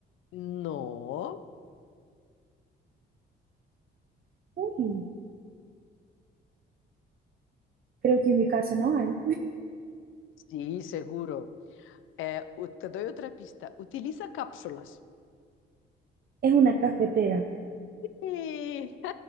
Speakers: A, on the left; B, on the right.
A: No,
B: Uy, creo que en mi casa no hay.
A: sí, seguro. Eh, u- te doy otra pista. Utiliza cápsulas.
B: Es una cafetera.
A: Sí,